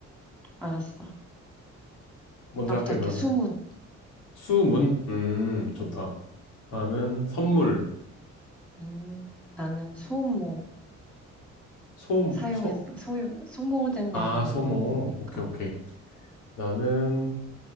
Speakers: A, in the centre; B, on the left.
A: 알았어.
B: 먼저
A: 나부터
B: 할게,
A: 할게.
B: 그러면.
A: 수문.
B: 수문. 음, 좋다.
A: 음,
B: 나는 선물.
A: 음, 나는 소모.
B: 소,
A: 사용했,
B: 소,
A: 소용, 소모된
B: 아,
A: 양은 얼마나
B: 소모.
A: 됩니까?
B: 오케이, 오케이. 나는,